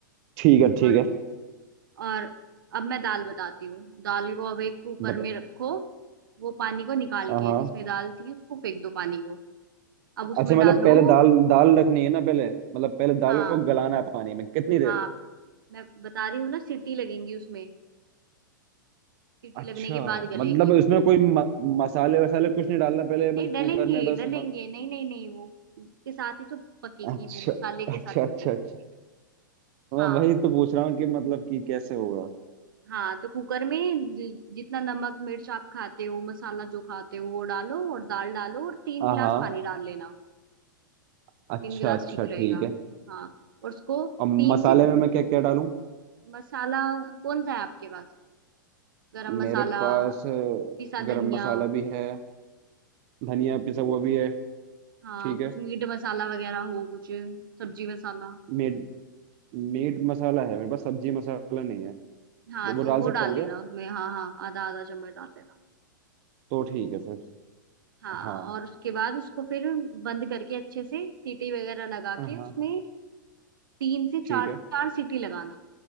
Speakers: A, on the right; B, on the right.
A: ठीक है
B: और
A: ठीक है
B: और अब मैं दाल बताती हूँ दाल को अब एक कुकर
A: बता
B: में रखो वो पानी को निकाल
A: हाँ
B: के जिसमें दाल थी उसको फेंक दो पानी को अब उसमें
A: अच्छा मतलब
B: डालो
A: पहले दाल दाल रखनी है ना पहले मतलब पहले दाल
B: हाँ
A: को गलाना है पानी में कितनी देर
B: हाँ मैं बता रही हूँ ना सीटी लगेंगी उसमें सीटी
A: अच्छा
B: लगने के बाद गलेगी
A: मतलब उसमें
B: वो
A: कोई म, मसाले वसाले कुछ नहीं डालना पहले
B: नहीं
A: बस
B: डलेंगे
A: कुकर में बस
B: डलेंगे
A: म,
B: नहीं नहीं नहीं वो उसके साथ ही तो पकेगी
A: अच्छा
B: वो मसाले के
A: अच्छा
B: साथ
A: अच्छा
B: पकेगी
A: अच्छा मैं
B: हाँ
A: वही तो पूछ रहा हूँ कि मतलब कि कैसे होगा
B: हाँ तो कुकर में जि- जितना नमक मिर्च आप खाते हो मसाला जो खाते हो वो डालो और दाल डालो और तीन
A: हाँ
B: गिलास
A: हाँ।
B: पानी डाल लेना
A: अच्छा
B: तीन गिलास
A: अच्छा
B: ठीक
A: ठीक
B: रहेगा
A: है
B: हाँ और उसको
A: और
B: तीन
A: मसाले
B: से
A: में मैं क्या क्या डालूं
B: मसाला कौन सा है आपके पास गरम मसाला
A: मेरे पास अ,
B: पिसा
A: गरम
B: धनिया
A: मसाला भी है धनिया पिसा हुआ भी है
B: हाँ
A: ठीक
B: कुछ मीट मसाला वगैरह हो कुछ सब्जी मसाला
A: है मीट मसाला है मेरे पास सब्जी मसाला नहीं है तो
B: हाँ
A: वो
B: तो
A: डाल
B: वो
A: सकता
B: डाल
A: हूँ
B: लेना
A: क्या
B: उसमें हाँ हाँ आधा आधा चम्मच डाल देना
A: तो ठीक है फिर
B: हाँ
A: हाँ
B: और उसके बाद उसको फिर बंद करके अच्छे से सीटी वगैरह लगा
A: हाँ
B: के उसमें तीन से
A: ठीक
B: चार
A: है
B: चार सीटी लगाना